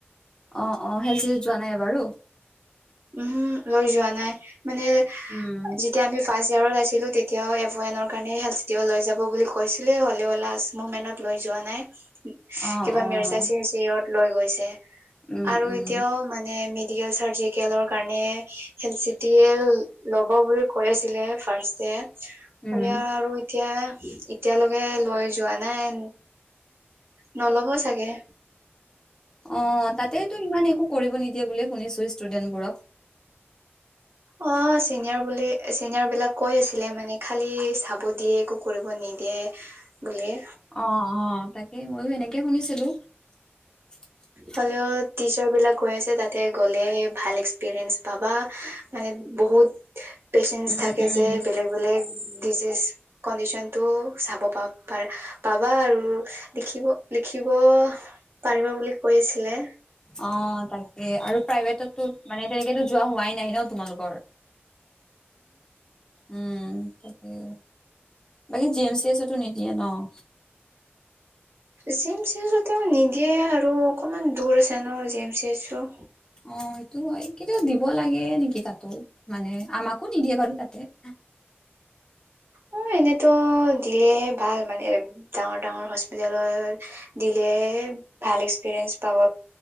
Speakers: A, on the left (about 20°); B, on the right (about 65°).
A: অঁ অঁ সেলচিটি যোৱা নাই এবাৰু?
B: উম হো লৈ যোৱা নাই। মানে
A: উম,
B: যেতিয়া আমি ফাৰ্ষ্ট- ইয়াৰত আছিলো তেতিয়াও এপয়নৰ কাৰণে হেল চিটি অ লৈ যাব বুলি কৈছিলে হ'লেও লাষ্ট মমেণ্টত লৈ যোৱা- নাই।
A: অ',
B: কিবা
A: অ',
B: মিৰ্জা চিৰ চি অত- লৈ গৈছে।
A: উম,
B: আৰু
A: উম,
B: এতিয়াও মানে মেডিকেল চাৰ্জাৰী- কেলৰ কাৰণে হেলড চি টি এ ল'ব বুলি কৈ আছিলে ফাৰ্ষ্টে।
A: উম,
B: হলেও আৰু এতিয়া এতিয়ালৈকে লৈ যোৱা নাই। নল'ব চাগে।
A: অঁ তাতে টো ইমান একো কৰিব নিদিয়ে বুলিয়ে শুনিছো ষ্টুডেন্টবোৰক?
B: অঁ চিনিয়ৰ বুলি চিনিয়ৰ বিলাক কৈ আছিলে মানে খালি চাব দিয়ে একো কৰিব নিদিয়ে বুলি।
A: অ', অ', তাকে ময়ো সেনেকে শুনিছিলো। <unintelligible>
B: হলেও টিচাৰ বিলাকে কৈ আছে তা'তে গ'লে ভাল এক্সপিৰিয়েন্ঞ্চ পাবা। বহুত পেচেঞ্চ
A: উম,
B: থাকে
A: উম,
B: যে বেলেগ বেলেগ। ডিজিজ কণ্ডিশনতটো চাব পাবা আৰু দেখিব। দেখিব। পাৰিব বুলি কৈ আছিলে।
A: অঁ তাকে। আৰু প্ৰাইভেটতো মানে তেনেকে টো যোৱা হোৱাই নাই ন' তোমালোকৰ। উম' তাকেই। মানে জি এম চি ছুটি নিদিয়ে ন'?
B: জিম এম চি ছটি নিদিয়ে আৰু অকণমান দূৰ আছে ন' জিম এম চি টো।
A: অ সেইটো হয় ।কিন্তু দিব লাগে নেকি তাতো মানে আমাকো নিদিয়ে বাৰু তাতে <inaudible>
B: অ এনেতো দিলেহে ভাল মানে ডাঙৰ ডাঙৰ হস্পিতেলত ।দিলে ভাল এক্সপিৰিয়েঞ্চ পাব।